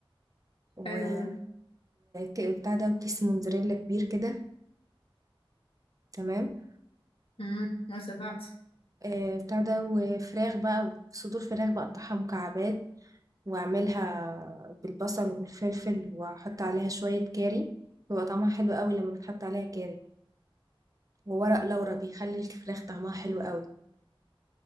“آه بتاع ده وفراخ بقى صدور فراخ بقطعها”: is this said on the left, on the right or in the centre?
Right